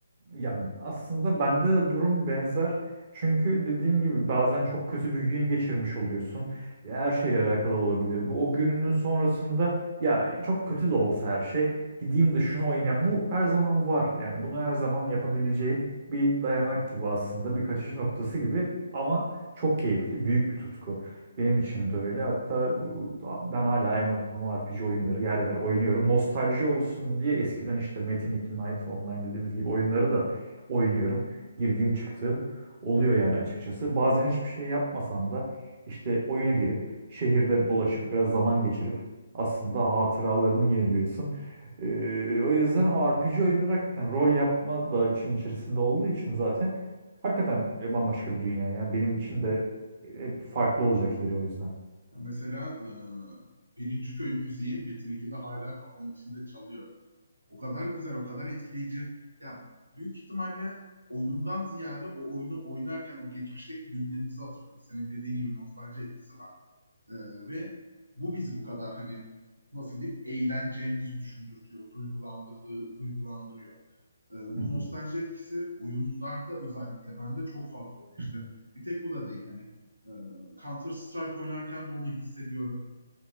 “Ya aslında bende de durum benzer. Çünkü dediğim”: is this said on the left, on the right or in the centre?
Right